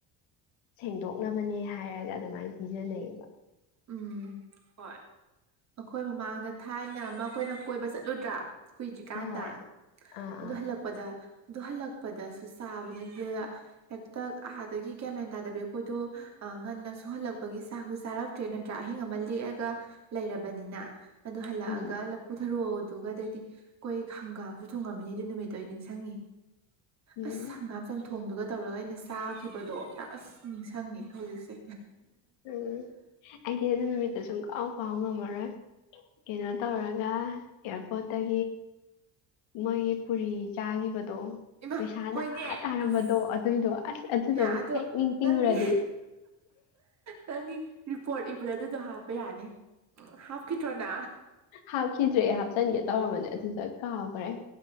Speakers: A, on the left; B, on the right.
A: ꯁꯦꯡꯗꯣꯛꯅꯕꯅꯦ ꯍꯥꯏꯔꯒ ꯑꯗꯨꯃꯥꯏꯅ ꯄꯤꯖꯟꯅꯩꯑꯌꯦꯕ
B: ꯎꯝ ꯍꯣꯏ ꯑꯩꯈꯣꯏ ꯃꯃꯥꯡꯗ ꯊꯥꯏꯅ ꯑꯃ ꯑꯩꯈꯣꯏꯅ ꯀꯣꯏꯕ ꯆꯠꯂꯨꯗ꯭ꯔꯥ ꯀꯨꯏꯗ꯭ꯔꯤꯀꯥꯟꯗ
A: ꯍꯣꯏ ꯑꯥ
B: ꯑꯗꯨ
A: ꯑꯥ
B: ꯍꯜꯂꯛꯄꯗ ꯑꯗꯨ ꯍꯜꯂꯛꯄꯗꯁꯨ ꯆꯥꯕꯅꯦ ꯑꯗꯨꯗ ꯍꯦꯛꯇ ꯑꯥꯗꯒꯤ ꯒ꯭ꯌꯥꯃꯦꯟ ꯇꯥꯗꯕꯤ ꯑꯩꯈꯣꯏꯗꯣ ꯉꯟꯅ ꯁꯨꯍꯜꯂꯛꯄꯒꯤ ꯆ ꯍꯨ ꯆꯥꯔꯛ ꯇ꯭ꯔꯦꯠ ꯅꯠꯇ꯭ꯔꯥ ꯑꯍꯤꯡ ꯑꯃ ꯂꯦꯛꯑꯒ ꯂꯩꯔꯕꯅꯤꯅ ꯑꯗꯣ ꯍꯜꯂꯛꯑꯒ
A: ꯎꯝ
B: ꯂꯐꯨ ꯊꯔꯣ ꯑꯗꯨꯒꯒꯗꯩꯗꯤ ꯑꯩꯈꯣꯏ ꯍꯪꯒꯥꯝꯁꯨ ꯊꯣꯡꯉꯝꯃꯤꯅꯦ ꯑꯗꯨ ꯅꯨꯃꯤꯠꯇꯣ ꯑꯩ ꯅꯤꯡꯁꯤꯡꯉꯤ
A: ꯎꯝ
B: ꯑꯁ ꯍꯪꯒꯥꯝ ꯆꯝꯊꯣꯡꯗꯨꯒ ꯇꯧꯔꯒ ꯑꯩꯅ ꯆꯥꯈꯤꯕꯗꯣ ꯑꯁ ꯅꯤꯡꯁꯤꯡꯉꯦ ꯍꯧꯖꯤꯛꯁꯦ
A: ꯎꯝ ꯑꯩꯗꯤ ꯑꯗꯨ ꯅꯨꯃꯤꯠꯇ ꯁꯨꯝ ꯀꯥꯎ ꯀꯥꯎ ꯉꯝꯃꯔꯣꯏ ꯀꯩꯅꯣ ꯇꯄ ꯃꯣꯏꯒꯤ ꯄꯨ ꯆꯥ ꯑꯣ
B: ꯏꯃꯥ
A: ꯄꯩꯁꯥꯅ
B: ꯍꯣꯏꯅꯦ
A: ꯑ ꯇꯥꯔꯝꯕꯗꯣ
B: ꯑꯁ
A: ꯑꯗꯨꯏꯗꯣ ꯑꯗꯨꯗꯣ
B: ꯌꯥ ꯑꯗꯣ
A: ꯍꯦꯛ ꯅꯤꯡꯁꯤꯡꯉꯨꯔꯗꯤ
B: ꯅꯪꯒꯤ ꯅꯪꯒꯤ ꯔꯤꯄꯣꯔꯠ ꯑꯗꯨꯗꯣ ꯍꯥꯞꯄ ꯌꯥꯅꯤ ꯎ ꯍꯥꯞꯈꯤꯗ꯭ꯔꯣꯅ
A: ꯍꯥꯞꯈꯤꯗ꯭ꯔꯦ ꯍꯥꯞꯆꯤꯟꯒꯦ ꯇꯧꯔꯝꯕꯅꯦ ꯑꯗꯨꯗ ꯀꯥꯎꯈ꯭ꯔꯦ